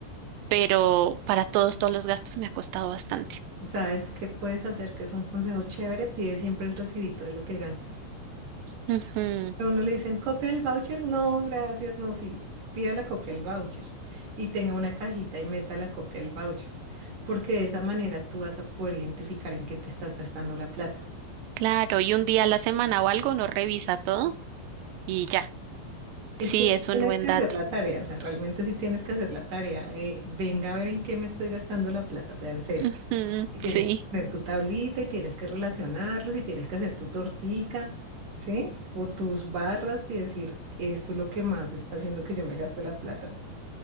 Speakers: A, on the right; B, on the right.
A: Pero para todos, todos los gastos me ha costado bastante.
B: ¿Sabes qué puedes hacer? Que es un consejo chévere, pide siempre el recibito de lo que gastas.
A: Ujú.
B: A uno le dicen, copia el voucher. No, gracias. No, sí, pida la copia del voucher y tenga una cajita y meta la copia del voucher, porque de esa manera tú vas a poder identificar en qué te estás gastando la plata.
A: Claro, y un día a la semana o algo uno revisa todo y ya.
B: Es
A: Sí,
B: que sí
A: es un
B: tienes
A: buen
B: que
A: dato.
B: hacer la tarea, o sea, realmente sí tienes que hacer la tarea de, venga a ver en qué me estoy gastando la plata, o sea, en serio.
A: Ujú,
B: Y tienes
A: Sí.
B: que tener tu tablita y tienes que relacionarlos y tienes que hacer tu tortica, ¿sí? O tus barras y decir, esto es lo que más está haciendo que yo me gaste la plata.